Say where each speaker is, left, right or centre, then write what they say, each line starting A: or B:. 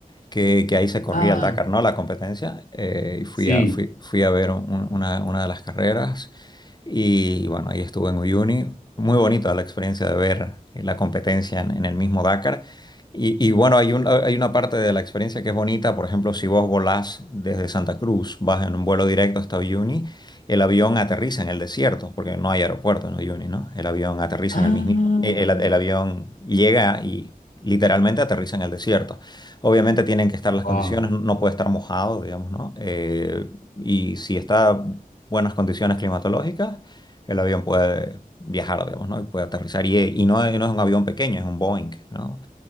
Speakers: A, on the left; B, on the left.
A: que, que ahí se corría
B: Ah,
A: el Dakar, ¿no? La competencia. eh, y fui
B: sí.
A: a, fui, fui a ver un- un- una, una de las carreras. Y bueno, ahí estuve en Uyuni. Muy bonito la experiencia de ver la competencia en, en el mismo Dakar. Y, y bueno, hay un- hay una parte de la experiencia que es bonita. Por ejemplo, si vos volás desde Santa Cruz, vas en un vuelo directo hasta Uyuni, el avión aterriza en el desierto, porque no hay aeropuerto en Uyuni, ¿no? El avión aterriza
B: Ah,
A: en el mismo... El, el- el avión llega y literalmente aterriza en el desierto. Obviamente tienen que estar las
B: wow,
A: condiciones, no no puede estar mojado, digamos, ¿no? Eh, y si está en buenas condiciones climatológicas, el avión puede viajar, digamos, ¿no? Y puede aterrizar. Y, y no, es no es un avión pequeño, es un Boeing, ¿no?